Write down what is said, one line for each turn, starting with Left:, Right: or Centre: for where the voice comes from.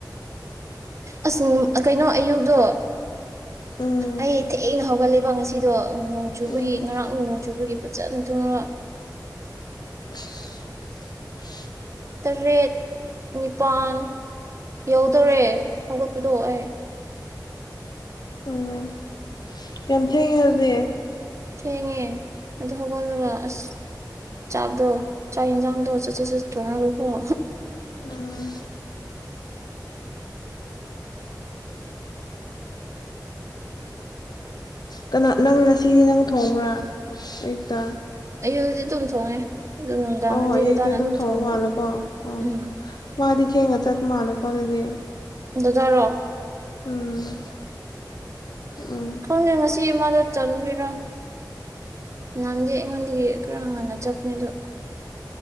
Right: ꯑꯁ ꯀꯩꯅꯣ ꯑꯌꯨꯛꯗꯣ
Left: ꯎꯝ
Right: ꯑꯩ ꯊꯦꯡꯅ ꯍꯧꯒꯠꯂꯦꯕ ꯉꯁꯤꯗꯣ ꯅꯣꯡ ꯆꯨꯕꯒꯤ
Left: ꯎꯝ
Right: ꯉꯔꯥꯡ ꯅꯣꯡ ꯆꯨꯕꯒꯤ ꯐꯖꯅ ꯇꯨꯡꯉꯒ
Left: ꯆ‌ꯦ
Right: ꯇꯔꯦꯠ ꯅꯤꯄꯥꯜ ꯌꯧꯗꯧꯔꯦ ꯍꯧꯒꯠꯄꯗꯣ ꯑꯩ
Left: ꯎꯝ ꯌꯥꯝ ꯊꯦꯡꯉ‌ꯦ ꯑꯗꯨꯗꯤ
Right: ꯊꯦꯡꯉꯦ ꯑꯗꯨ ꯍꯧꯒꯠꯂꯒ ꯑꯁ ꯆꯥꯛꯗꯣ ꯆꯥꯛ ꯏꯟꯖꯥꯡꯗꯣ ꯁꯠ ꯁꯠ ꯊ‌ꯣꯡꯉꯒꯀ‌ꯣ
Left: ꯎꯝ ꯀꯩꯅ ꯅꯪ ꯉꯁꯤ ꯅꯪꯅ ꯊꯣꯡꯕ꯭ꯔꯥ ꯑꯌꯨꯛꯇ
Right: ꯑꯌꯨꯛꯗꯤ ꯑꯗꯨꯝ ꯊꯣꯡꯉꯦ ꯑꯗꯨ ꯅꯨꯡꯗꯥꯡ
Left: ꯑꯣ
Right: ꯗꯤ
Left: ꯑꯌꯨꯛꯇ
Right: ꯑꯗꯨ ꯗꯗꯥ ꯑꯗꯨꯝ
Left: ꯊꯣꯡꯕ
Right: ꯊꯣꯡꯉ‌ꯦ
Left: ꯃꯥꯜꯂꯦꯀꯣ ꯑꯣ
Right: ꯎꯝ
Left: ꯃꯥꯗꯤ ꯊꯦꯡꯅ ꯆꯠꯄ ꯃꯥꯜꯂ‌ꯦ ꯀ‌ꯣꯗꯨꯗꯤ
Right: ꯗꯗꯥꯔꯣ
Left: ꯎꯝ ꯎꯝ
Right: ꯈꯪꯗꯦ‌‌ ꯉꯁꯤ ꯃꯥꯗ‌ꯣ‌ ꯆꯪꯔꯤꯔꯥ ꯅꯍꯟꯗꯤ ꯑꯩꯉꯣꯟꯗꯒꯤ ꯈꯔ ꯉꯟꯅ ꯆꯠꯄꯅꯦ ꯑꯗꯣ